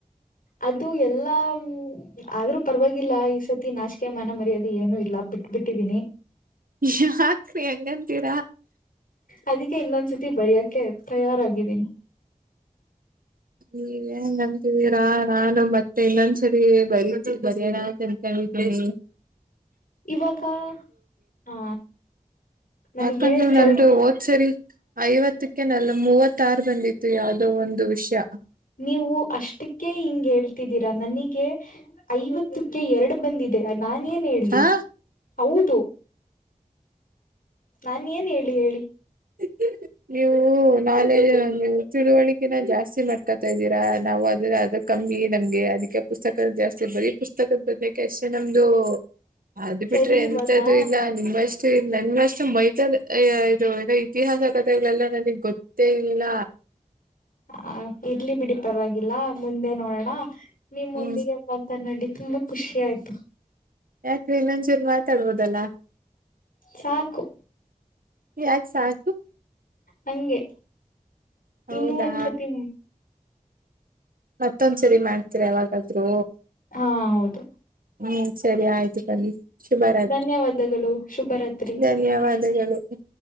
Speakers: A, on the left; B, on the right.
A: ಅದು ಎಲ್ಲಾ ಆದ್ರೂ ಪರವಾಗಿಲ್ಲ ಈ ಸತಿ ನಾಚಿಕೆ ಮನ ಮರ್ಯಾದೆ ಏನು ಇಲ್ಲ ಬಿಟ್ ಬಿಟ್ಟಿಡಿನಿ
B: ಯಾಕ್ರೀ ಹಂಗಂತೀರಾ
A: ಅದಕ್ಕೆ ಇನ್ನೊಂದ್ಸತಿ ಬರಿಯಕೆ ತಯಾರಾಗಿದ್ದೀನಿ
B: ನೀೇನ್ ಅಂತಿದೀರಾ ನಾನು ಮತ್ತೆ ಇನ್ನೊಂದ್ಸರಿ ಬರೀತ ಬರೋಣ ಅಂತ ಅನ್ಕೊಂಡಿನಿ
A: ಇವಾಗ ಹಾ ನಮಗೆ
B: ಯಾಕಂದ್ರೆ
A: ಸ್ವಲ್ಪ
B: ನಂದೂ ಹೋದ್ಸರಿ ಐವತ್ತಕ ನಲ್ಲ ಮೂವತ್ತ ಆಾರ ಬಂದಿತ್ತು ಯಾವದೋ ಒಂದು ವಿಷಯ
A: ನೀವು ಅಷ್ಟಕ್ಕೆ ಹಿಂಗ ಹೇಳ್ತಿದ್ದೀರಾ ನನಗೆ ಐವತ್ತಕ್ಕೆ ಎರಡು ಬಂದಿದೆ ನಾನ ಏನ್ ಹೇಳಿ
B: ಹಾ
A: ಹೌದು ನಾನ ಏನ್ ಹೇಳಿ ಹೇಳಿ
B: ಎ ನೀವು ನಾಲೆ ನೀವು ತಿಳುವಳಿಕೆನ ಜಾಸ್ತಿ ಮಾಡ್ಕೊತಾ ಇದ್ದೀರಾ ನಾವು ಅದನ್ನ ಅದ ಕಮ್ಮಿ ನಮ್ಗೆ ಅದಕ್ಕೆ ಪುಸ್ತಕದ ಜಾಸ್ತಿ ಬರೀ ಪುಸ್ತಕದ ಬದನೆಕಾಯಿ ಎಷ್ಟ ನಮ್ದು ಅದು ಬಿಟ್ರೆ
A: ಸರಿ
B: ಎಂತ್ದು
A: ಇವಾಗ
B: ಇಲ್ಲ ನಿಮ್ಮಷ್ಟೆ ನಿಮ್ ಅಷ್ಟು ಮೈತಲ್ ಇದು ಏನೋ ಇತಿಹಾಸ ಕಥೆಗಳೆಲ್ಲ ನನಗ್ ಗೊತ್ತ ಮತ್ತೇ ಇಲ್ಲ
A: ಹ ಇರ್ಲಿ ಬಿಡಿ ಪರವಾಗಿಲ್ಲ ಮುಂದೆ ನೋಡೋಣ ನಿಮ್ಮ
B: ಹ್ಮ್
A: ಮುಂದಿಗೆ ಮಾತ ನಾಡಿ ತುಂಬಾ ಖುಷಿ ಆಯ್ತು
B: ಯಾಕೆ ಇನ್ನಂಜೂನ್ ಮಾತಾಡ್ಬೋದಲ್ಲ
A: ಸಾಕು
B: ಯಾಕ್ ಸಾಕು
A: ಹಂಗೆ
B: ಹೌದಾ
A: ಇನ್ನುೂ ಒನ್ ಥರ್ಟಿ
B: ಮತ್ತೊಂದ್ಸರಿ ಮಾಡ್ತೀರಾ ಯಾವಾಗಾದ್ರೂ
A: ಹಾ ಹೌದು
B: ಹೂ ಸರಿ ಆಯ್ತು ಬನ್ನಿ ಶುಭರಾತ್ರಿ
A: ಧನ್ಯವಾದಗಳು ಶುಭರಾತ್ರಿ.
B: ಧನ್ಯವಾದಗಳು ಹು